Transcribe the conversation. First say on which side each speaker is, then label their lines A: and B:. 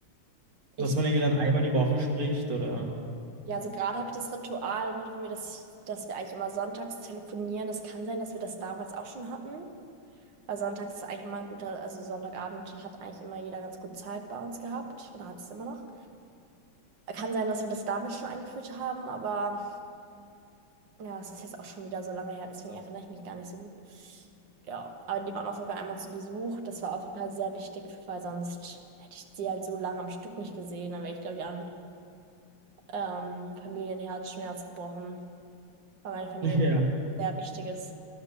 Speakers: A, on the right (about 60°); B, on the right (about 45°).
A: Ich
B: Dass man irgendwie dann einmal die Woche spricht oder?
A: Ja, also gerade habe ich das Ritual und für mir, dass, ich, dass wir eigentlich immer sonntags telefonieren. Es kann sein, dass wir das damals auch schon hatten. Weil sonntags ist eigentlich immer ein guter, also Sonntagabend hat eigentlich immer jeder ganz gut Zeit bei uns gehabt oder hat es immer noch. Kann sein, dass wir das damals schon eingeführt haben, aber ja, es ist jetzt auch schon wieder so lange her, deswegen erinnere ich mich gar nicht so gut. Ja, aber die waren auch sogar einmal zu Besuch. Das war auf jeden Fall sehr wichtig, weil sonst hätte ich sie halt so lange am Stück nicht gesehen. Dann wäre ich, glaube ich, an ähm, Familienherzschmerz gebrochen. weil meine Familie
B: <laughs>
A: mir
B: Ja,
A: sehr wichtig ist.